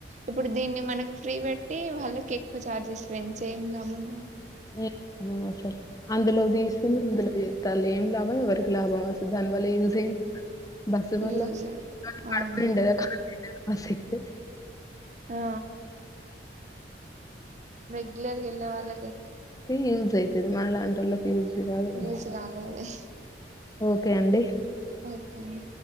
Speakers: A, on the right; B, on the left.
A: ఇప్పుడు దీన్ని మనకి ఫ్రీ పెట్టి వాళ్ళకి ఎక్కువ ఛార్జెస్ పెంచి ఏం లాభం మేడం
B: ఏ అమ సార్ <unintelligible> అందులో తీసిని ఇందులో తల్లి ఏం లాభం ఎవరికి లాభం వస్తుంది దాని వల్ల యూజ బస్సు వల్లడండేద
A: యూజ్ అవును మేడం
B: ఆసక్తే
A: ఆ ఇర గళ్ళ వాళ్ళ
B: ూజ అవుది మళ్ళ అంట్ర ఇజారు
A: యూజ్ కాదు అది
B: ఓకే అండి
A: ఓకే అండి